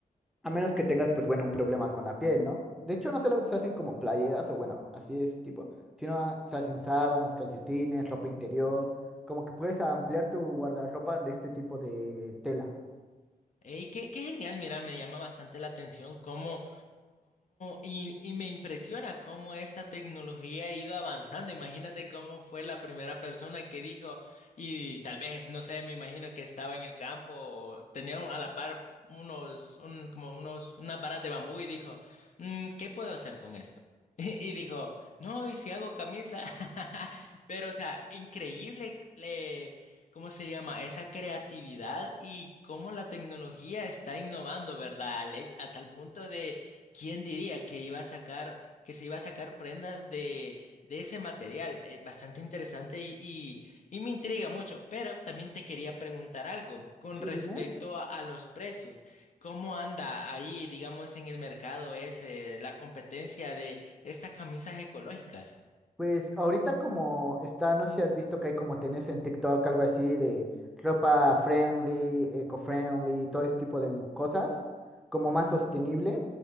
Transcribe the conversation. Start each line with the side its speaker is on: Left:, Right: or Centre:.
Centre: a menos que tengas pues bueno un problema con la piel, ¿no? De hecho no solamente se hacen como playeras o bueno, así de ese tipo, sino a- se hacen sábanas, calcetines, ropa interior, como que puedes ampliar tu guardarropa de este tipo de tela.
Left: Ey, qué, qué genial, mira, me llama bastante la atención Cómo, y, y me impresiona cómo esta tecnología ha ido avanzando. Imagínate cómo fue la primera persona que dijo, y tal vez, no sé, me imagino que estaba en el campo, o tenía un- a la par unos, un- como unos, unas varas de bambú y dijo, "Mm, ¿qué puedo hacer con esto? <laughs> Y dijo, no, ¿y si hago camisa? <laughs> Pero, o sea, increíble, le- ¿cómo se llama? Esa creatividad y cómo la tecnología está innovando, ¿verdad? Al hech- a tal punto de ¿Quién diría que iba a sacar, que se iba a sacar prendas de, de ese material? Eh, bastante interesante y, y, y me intriga mucho. Pero también te quería preguntar algo con
Centre: Sí,
Left: respecto
Centre: dime.
Left: a, a los precios. ¿Cómo anda ahí, digamos, en el mercado ese, la competencia de estas camisas ecológicas?
Centre: Pues ahorita como está, no sé si has visto que hay como tenés en TikTok, algo así de ropa friendly, eco-friendly, todo ese tipo de m- cosas, como más sostenible.